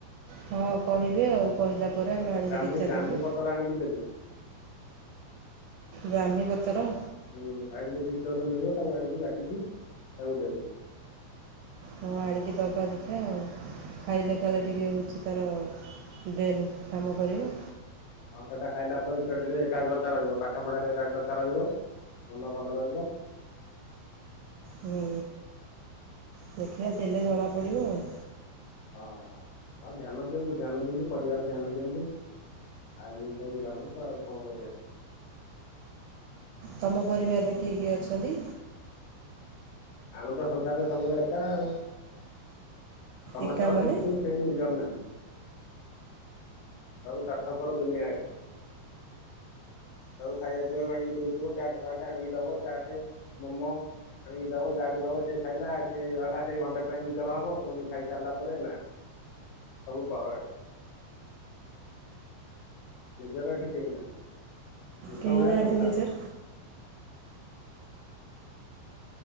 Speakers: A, on the right (about 75°); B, on the left (about 75°).
A: ହଁ କହିବି ଆଉ। କହିଲା ପରେ ଆମେ ଆଣିକି
B: ବ୍ରାହ୍ମୀ
A: ଦେଖିଆ
B: ବ୍ରାହ୍ମୀ
A: ଦେବୁ
B: ପତ୍ର ଆଣିକି ଦେବି
A: ବାାମ୍ଭିପତ୍ର
B: ହୁଁ ଆୟୁର୍ବେଦିକ ଷ୍ଟୋରରେ ମିଳିବ ତାକୁ ଆଣିକି ବାଟିକି ତାକୁ ଦେବେ।
A: ହଁ ଆଣିକି ଦେବା ଦେଖିବା ଆଉ ଖାଇଲେ ଖାଇଲେ ଟିକେ ହେଉଛି ତାର ଡ୍ରେନ୍ କାମ କରିବ।
B: ହଁ ସେଟା ଖାଇଲା ପରେ ଛୁଆ ଟ ବି ଏକାଗ୍ରତା ରହିବ ପାଠ ପଢାରେ ଏକାଗ୍ରତା ରହିବ ମନ ଭଲ ରହିବ।
A: ହୁଁ ହୁଁ ଦେଖିବା ଦେଲେ ଜଣାପଡ଼ିବ ଆଉ।
B: ହଁ ହଁ ହଁ ଧ୍ୟାନ ଦିଅନ୍ତୁ ଧ୍ୟାନ ଦିଅନ୍ତୁ ପରିବାର ଧ୍ୟାନ ଦିଅନ୍ତୁ ଆଇନି ସବୁ ଜାଣନ୍ତୁ ଆଉ କଣ କରିବା
A: ତମ ପରିବାରରେ କିଏ କିଏ ଅଛନ୍ତି।
B: ଆମ ତ ସଂସାରରେ ସବୁବେଳେ ଏକା ଆଉ ସମସ୍ତେ
A: ଏକା
B: ଅଛନ୍ତି
A: ମାନେ
B: କିନ୍ତୁ କେହି ନିଜାର ନାହାନ୍ତି। ସବୁ ସାର୍ଥକର ଦୁନିଆ ଅଛି ସବୁ ଖାଇବା ପିଇବାକୁ ଆଣିକି ଦଉଥିବ ଚାଟ ଫାଟ ଆଣିକି ଦବ ଚାଟ ମୋମୋ ଆଣିକି ଦବ ଯାହାକୁ ଦବ ସେ ଖାଇଲା ସିଏ ହେଲା ସେ ଘଣ୍ଟା ପାଇଁ ନିଜର ହବ ପୁଣି ଖାଇସାରିଲା ପରେ ନା ସବୁ ପର ଏଠି ମେଜାରଟି କେ ହେଇନାହା ମଛମ
A: କେହି ନାହାନ୍ତି
B: ସଂସାର
A: ନିଜର